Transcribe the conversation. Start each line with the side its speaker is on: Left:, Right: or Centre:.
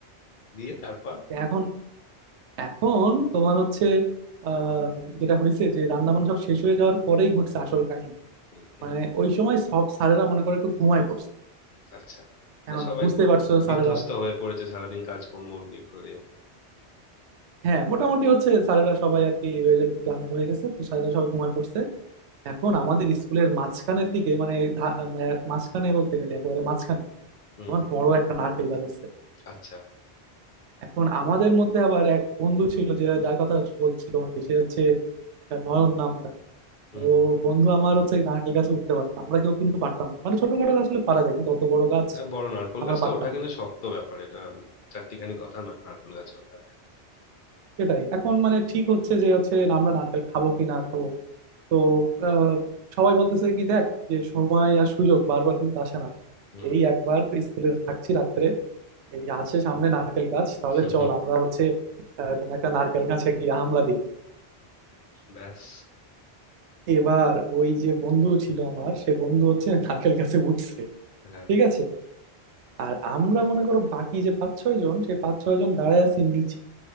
Left: দিয়ে তারপর
Right: তো এখন এখন তোমার হচ্ছে আহ যেটা হয়েছে যে রান্না বান্না সব শেষ হয়ে যাওয়ার পরেই ঘটছে আসল কাহিনী
Left: এই যে,
Right: মানে ওই সময় সব স্যারেরা মনে করে একটু ঘুমায় পড়ছে
Left: আচ্ছা
Right: এখন
Left: এ সবাই
Right: বুঝতে
Left: খুব
Right: পারছো
Left: বিধ্বস্ত
Right: স্যারেরা
Left: হয়ে পড়েছে সারাদিন কাজকর্ম ইয়ে করে
Right: হ্যাঁ মোটামুটি হচ্ছে স্যারেরা সবাই আর কি এই একটু ক্লান্ত হয়ে গেছে তো স্যারেরা সবাই ঘুমায় পড়ছে এখন আমাদের স্কুলের মাঝখানের দিকে মানে ধা- মানে মাঝখানে বলতে গেলে একেবারে মাঝখানে
Left: হুম
Right: তোমার বড় একটা নারকেল গাছ আছে
Left: আচ্ছা
Right: এখন আমাদের মধ্যে আবার এক বন্ধু ছিল যে যার কথা বলছি তোমাকে সে হচ্ছে তার নয়ন নাম তার
Left: হুম
Right: ও
Left: হুম
Right: বন্ধু আমার হচ্ছে নারকেল গাছে উঠতে পারতাম আমরা কেউ কিন্তু পারতাম না মানে ছোটখাটো গাছ হলে পারা যায় কিন্তু অত বড় গাছ
Left: এ, বড় নারকোল
Right: আমরা
Left: গাছটা
Right: পারতাম
Left: ওঠা কিন্তু
Right: না
Left: শক্ত ব্যাপার এটা উম, চারটিখানি কথা নয় নারকোল গাছে ওঠা
Right: সেটাই এখন মানে ঠিক হচ্ছে যে হচ্ছে আমরা নারকেল খাবো কি না খাবো তো আহ, সবাই বলতেছে কি দেখ যে সময় আর সুযোগ বারবার কিন্তু আসে না
Left: হুম
Right: এই একবার স্কুলে থাকছি রাত্রে এই আসে সামনে নারকেল গাছ তাহলে
Left: হুম
Right: চল
Left: হুম
Right: আমরা হচ্ছে আহ, কোনো একটা নারকেল গাছে গিয়ে হামলা দিই
Left: ব্যাস
Right: এবার ওই যে বন্ধু ছিল আমার সে বন্ধু হচ্ছে নারকেল গাছে উঠছে
Left: হ্যাঁ
Right: ঠিক আছে আর আমরা মনে করো বাকি যে পাঁচ ছয় জন সেই পাঁচ ছয় জন দাঁড়ায় আছে নিচে